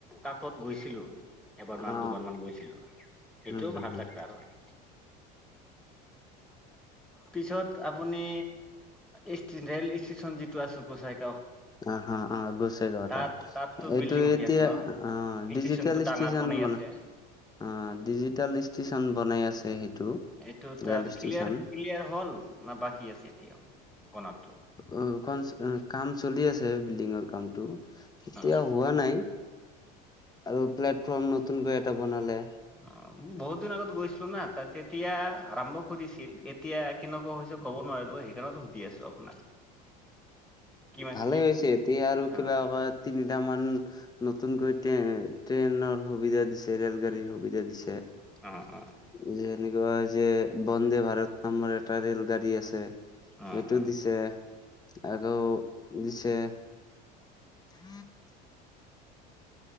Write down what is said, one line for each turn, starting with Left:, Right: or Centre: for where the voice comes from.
Centre: কাকত গৈছিলোঁ। এবাৰমান
Left: অ
Centre: দুবাৰ মান গৈছিলোঁ, সেইটোও
Left: উম
Centre: ভাল
Left: হম
Centre: ডাক্তাৰ হয়। পিছত আপুনি ইষ্ট ৰেল ষ্টেচন যিটো আছে, কোচাক
Left: অ', হা অ', গুছে গা
Centre: তাত তাততো
Left: এইটো
Centre: বিল্ডিং হৈ
Left: এতিয়া
Centre: আছে ন
Left: আহ ডিজিটেল
Centre: ষ্টেচনটো ডাঙৰ
Left: ষ্টেচন
Centre: বনাই
Left: বন
Centre: আছে
Left: অ ডিজিটেল ষ্টেচন বনাই আছে সেইটো।
Centre: এইটো তাত
Left: ৰেল ষ্টেচন
Centre: ক্লিয়াৰ ক্লিয়াৰ হ'ল ন বাকী আছে এতিয়া, বনাব।
Left: উম, ক কাম চলি আছে বিল্ডিঙৰ কাম টো এতিয়া
Centre: অ
Left: হোৱা নাই আৰু প্লেটফৰ্ম নতুনকৈ এটা বনালে
Centre: অ', মই বহুত দিন আগত গৈছিলো না ত তেতিয়া আৰম্ভ কৰিছিল এতিয়া কেনেকুৱা হৈছে কব নোৱাৰিলো সেইকাৰণত সুধি আছো আপোনাক কিমান
Left: ভালেই
Centre: কি
Left: হৈছে এতিয়া আৰু
Centre: অ
Left: কিবা এ তিনিটামান নতুনকৈ ট্ৰেইনৰ সুবিধা দিছে ৰেল গাড়ীৰ সুবিধা দিছে
Centre: অ অ
Left: যে এনেকুৱা যে বন্দে ভাৰত নামৰ এটা ৰেল গাড়ী আছে। সেইটো
Centre: অ অ
Left: দিছে আৰু দিছে উম,